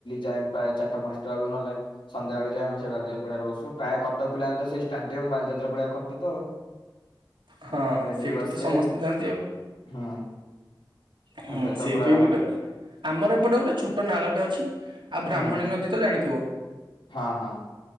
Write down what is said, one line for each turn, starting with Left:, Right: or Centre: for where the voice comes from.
Left: ଯାଏ ପ୍ରାୟ ଚାରିଟା ପାଞ୍ଚଟା ବେ ନେଲେ ସଧ୍ୟାବେଳେ ଯଏ ଆମ ସୋର ପଡାରେ ବସୁ ପ୍ରାୟ କଟକ ପିଲା ତ ସେଇ ଷ୍ଟାଡିୟମ ବାଲିଯାତ୍ରା ପଡଆ ଖଟି ତ
Right: ହଁ
Left: ଡେଲି
Right: ସେଇଠି
Left: ବସିବେ
Right: ତ ସମସ୍ତେ ଯାଆନ୍ତି ଆଉ
Left: ହୁଁ
Right: ହଁ
Left: ଏବେ ତ
Right: ସେଇଠି
Left: ପୁରା
Right: ବି ଗୋଟେ ଆମର ଏପଟେ ଗୋଟେ ଛୋଟ ନାଳଟେ ଅଛି। ଆଉ ବ୍ରାହ୍ମଣୀ
Left: ହୁଁ
Right: ନଦୀ ତ ଜାଣିଥିବ
Left: ହଁ ହଁ